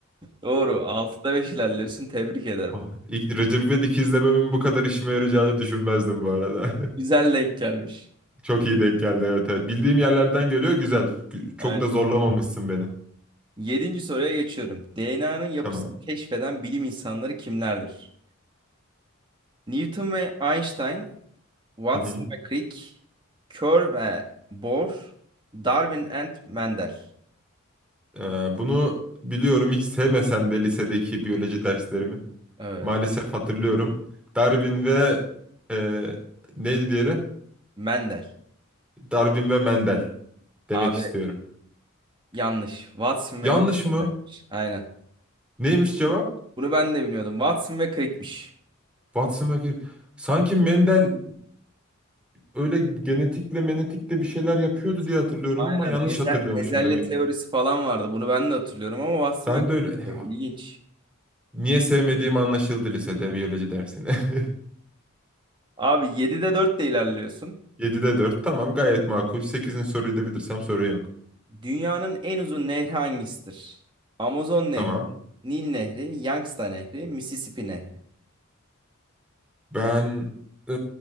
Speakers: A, on the right; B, in the centre.
A: Doğru. Altıda 5 ilerliyorsun. Tebrik ederim.
B: Oh, ilk Recep İvedik izlememin bu kadar işime yarayacağını düşünmezdim bu arada.
A: Güzel denk gelmiş.
B: <laughs> Çok iyi denk geldi evet evet. Bildiğim yerlerden geliyor güzel. Gü- Çok
A: Aynen.
B: da zorlamamışsın beni.
A: Yedinci soruya geçiyorum. DNA'nın yapısını
B: Tamam.
A: keşfeden bilim insanları kimlerdir? Newton ve Einstein, Watson
B: Hı hı.
A: ve Crick, Kerr ve Bohr, Darwin and Mendel.
B: Ee, bunu biliyorum hiç sevmesem de lisedeki biyoloji derslerimi.
A: Evet.
B: Maalesef hatırlıyorum. Darwin ve e, neydi diğeri?
A: Mendel.
B: Darwin ve Mendel demek
A: Abi
B: istiyorum.
A: yanlış. Watson
B: Yanlış
A: ve Crick olacakmış.
B: mı?
A: Aynen.
B: Neymiş cevap?
A: Bunu ben de bilmiyordum. Watson ve Crick'miş.
B: Watson ve Crick. Sanki Mendel öyle genetikle menetikle bir şeyler yapıyordu
A: Evet.
B: diye hatırlıyorum
A: Aynen.
B: ama yanlış
A: Bezel,
B: hatırlıyormuşum
A: bezelye
B: demek.
A: teorisi falan vardı. Bunu ben de hatırlıyorum ama Watson
B: Ben
A: ve Crick.
B: de öyle Ya,
A: İlginç.
B: niye sevmediğim anlaşıldı lisede biyoloji dersini. <laughs>
A: Abi 7'de 4 de ilerliyorsun.
B: 7'de dört tamam gayet makul. sekizin soruyu da bilirsem sorun yok.
A: Dünyanın en uzun nehri hangisidir? Amazon Nehri,
B: Tamam.
A: Nil Nehri, Yangtze Nehri, Mississippi Nehri.
B: Ben e,